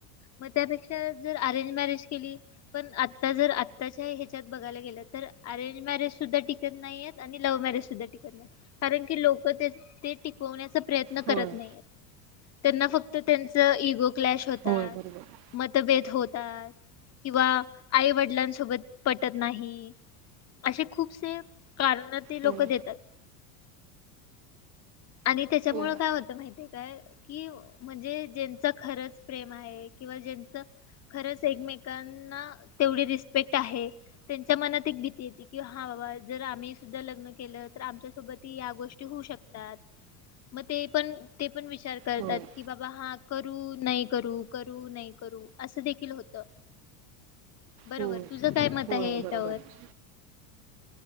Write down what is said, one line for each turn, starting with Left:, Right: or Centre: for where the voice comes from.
Left: मग त्यापेक्षा जर अरेंज मॅरेज केली पण आता जर आत्ताच्या ह्याच्यात बघायला गेलं तर अरेंज मॅरेज सुद्धा टिकत नाही आहेत आणि लव्ह मॅरेज सुद्धा टिकत नाही. कारण की लोक ते टिकवण्याचा प्रयत्न करत
Right: होय
Left: नाहीेत. त्यांना फक्त त्यांच इगो क्लॅश होतात.
Right: होय बरोबर
Left: मतभेद होतात किंवा आई वडिलांसोबत पटत नाही. असे खूपसे कारण ते लोक
Right: होय
Left: देतात. आणि त्याच्यामुळेळ
Right: होय
Left: काय होतं माहितीय. काय कि म्हणजे ज्यांच खरंच प्रेम आहे किंवा ज्यांच खरंच एकमेकांना तेवढी रिस्पेक्ट आहे. त्यांच्या मनात एक भीती येते की हा बाबा जर आम्ही सुद्धा लग्न केलं तर आमच्यासोबत ती या गोष्टी होऊ शकतात. मग ते पण ते पण विचार करतात
Right: होय
Left: की बाबा हा करू नाही करू. करू नाही करू असं देखील होतं. बरोबर
Right: होय
Left: तुझं काय मत
Right: होय
Left: आहे याच्यावर
Right: बरोबर.
Left: -